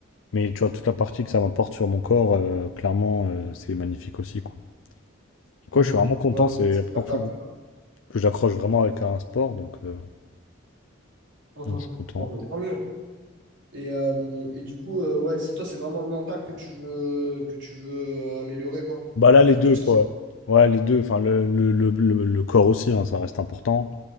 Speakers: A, on the left; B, on the right.
A: mais tu vois, toute la partie que ça m'apporte sur mon corps, euh, clairement, euh, c'est magnifique aussi, quoi. Donc,
B: mhm,
A: ouais, je suis vraiment content,
B: ouais,
A: c'est la
B: c'est
A: première
B: pas grave.
A: fois que j'accroche vraiment avec un sport, donc, euh,
B: Mhm.
A: donc je suis content.
B: Bon, ben, tant mieux. Et, euh, et du coup, euh, ouais, c'est- toi, c'est vraiment le mental que tu veux, que tu veux euh, améliorer, quoi,
A: Bah là, les
B: pour
A: deux,
B: tout ce
A: quoi.
B: qui.
A: Ouais, les deux, enfin, le, le, le, le- le corps aussi, hein, ça reste important.